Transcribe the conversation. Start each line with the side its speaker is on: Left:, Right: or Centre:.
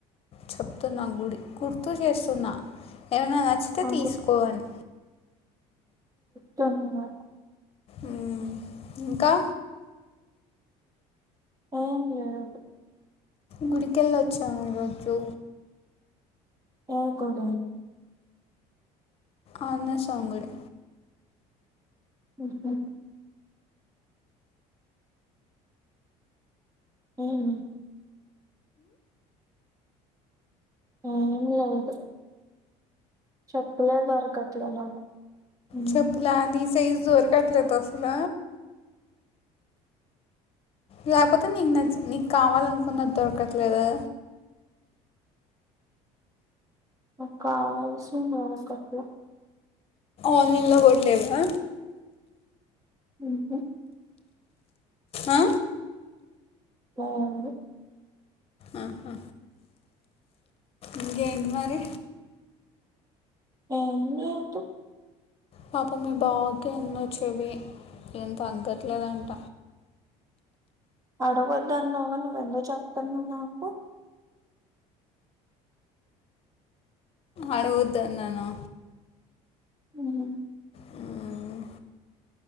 Left: చెప్తున్నా గుడి గుర్తు జేస్తున్నా ఏమైనా నచ్చి. తే
Right: ఆ,
Left: తీసుకో అని
Right: ధన్యవాద
Left: ఉమ్ ఇంకా
Right: ఏం లేదు.
Left: గుడికెళ్ళ వచ్చాము ఈ రోజు
Right: ఏ గుడి
Left: ఆంజనేయ స్వామి గుడి
Right: ఉహుమ్ ఏమీ. ఏమి లేదు చెప్పులే దొరకట్లా నాకు హ్మ్.
Left: చప్పులా నీ సైజు దొరకట్లేదా అసల లేపోతే నీకు నచ్చి నీకు కావాలనుకున్నది దొరకట్లేదా.
Right: నాకు కావల్సింది దొరగట్లా.
Left: ఆన్లైన్ లో కూడా లేవా
Right: ఉహుమ్
Left: ఆ
Right: ఆ ఆవును
Left: ఆహా ఇంకేంటి మరి
Right: ఏం లేదు
Left: పాపం మీ బావకెందో చెవి ఎం తగ్గట్లేదంట.
Right: అడగొద్దు అన్నావుగా నువ్వు ఎందుకు చెప్తున్నావా నాకు
Left: అడగోద్దు అన్నానా
Right: ఉమ్
Left: ఉమ్